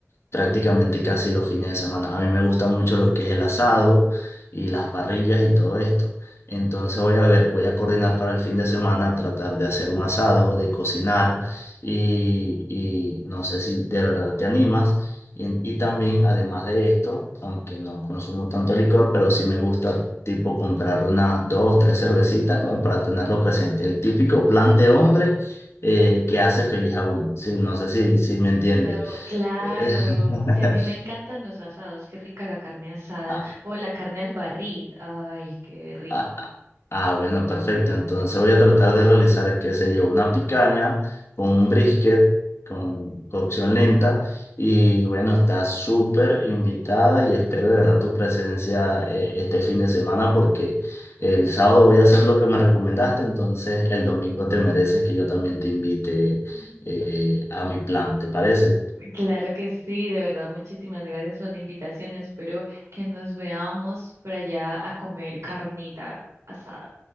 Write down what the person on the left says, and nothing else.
prácticamente casi los fines de semana. A mí me gusta mucho lo que es el asado y las parrillas y todo esto. Entonces voy a ver, voy a coordinar para el fin de semana, tratar de hacer un asado, de cocinar y, y no sé si de verdad te animas. Y, y también, además de esto, aunque no consumo tanto licor, pero sí me gusta tipo comprar unas dos, tres cervecitas como para tenerlo presente. El típico plan de hombre eh, que hace feliz a uno. Sí, no sé si, si me entiendes.
<laughs>
Ah,
ah, ah, ah, bueno, perfecto. Entonces voy a tratar de realizar, qué sé yo, una picaña con un brisket, con cocción lenta. Y bueno, está súper invitada y espero de verdad tu presencia eh, este fin de semana porque el sábado voy a hacer lo que me recomendaste. Entonces el domingo te mereces que yo también te invite
eh, a mi plan, ¿te parece?